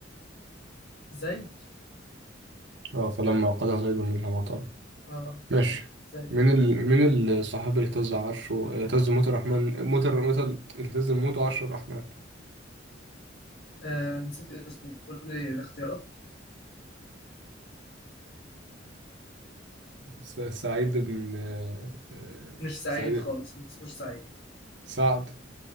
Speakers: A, on the left (about 55°); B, on the right (about 65°).
A: زيد
B: اه فلما قضى زيد منها وطرا
A: اه
B: ماشي
A: ايوه زيد
B: من ال... من الصحابي اللي اهتز عرشه آه، اهتز موت الرحمن موت الر- مثل اهتز الموت وعرش الرحمن
A: آه نسيت اسمه قول لي الاختيارات
B: س- سعيد بن آه، آه،
A: مش سعيد
B: سعيد
A: خالص ما اسموش سعيد
B: سعد